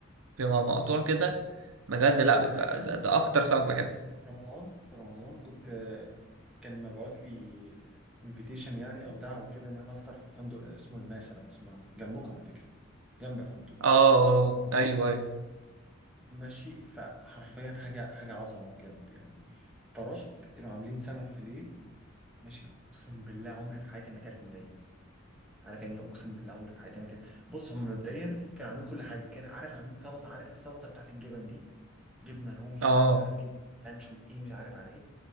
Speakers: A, on the right; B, in the centre.
A: بيبقى مقطوع كده بجد لا بيبقى
B: انا اكلت
A: ده, ده اكتر سمك
B: انا
A: بحبه
B: اكلت في رمضان في رمضان كنت آه، كان مبعوت لي انفيتيشن يعني او دعوه كده ان انا افطر في فندق اسمه الماسه لو تسمعه جنبكم على فكره جنبك على طول
A: اه اه آه، ايوه ايوه
B: ماشي فحرفيا حاجه حاجه عظمه بجد يعني فرحت كانوا عاملين سمك فيليه ماشي اقسم بالله عمري في حياتي ما اكلت زيه عارف يعني إيه؟ اقسم بالله عمري في حياتي ما كان بص هم مبدئيا كانوا عاملين كل حاجه كان عارف عاملين سلطه عارف السلطه بتاعت الجبن دي جبنه رومي
A: اه
B: على مش عارف جبنه لانشون ايه مش عارف على ايه